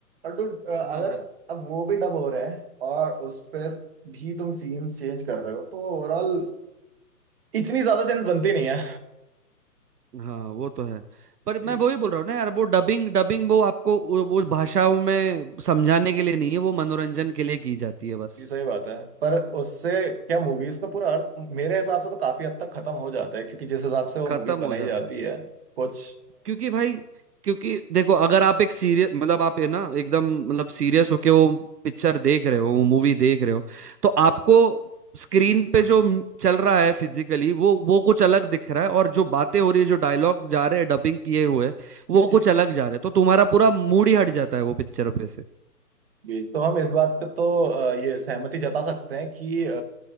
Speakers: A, on the right; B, on the right.
A: और डू अगर
B: हाँ
A: अब वो भी डब हो रहे हैं और उस पे भी तुम सीन्स चेंज कर रहे हो तो ओवरऑल इतनी ज्यादा सेंस बनती नहीं है
B: हाँ वो तो है पर
A: जी
B: मैं वही बोल रहा हूँ ना यार वो डबिंग डबिंग वो आपको वो वो भाषाओं में समझाने के लिए नहीं है वो मनोरंजन के लिए की जाती है बस
A: ये सही बात है पर उससे क्या मूवीज का पूरा अर्थ मेरे हिसाब से तो काफी हद तक खत्म हो जाता है क्योंकि जिस हिसाब से वो
B: खत्म
A: मूवीज बनाई
B: हो जाता
A: जाती
B: है
A: है कुछ
B: क्योंकि भाई क्योंकि देखो अगर आप एक सीरियस मतलब आप है ना एकदम मतलब सीरियस होके वो पिक्चर देख रहे हो वो मूवी देख रहे हो तो आपको स्क्रीन पे जो म- चल रहा है फिजिकली वो वो कुछ अलग दिख रहा है और जो बातें हो रही है जो डायलॉग जा रहे हैं डबिंग किए हुए वो
A: जी
B: कुछ अलग जा रहे हैं तो तुम्हारा पूरा मूड ही हट जाता है वो पिक्चर पे से
A: जी तो हम इस बात पे तो अ, ये सहमति जता सकते हैं कि अ,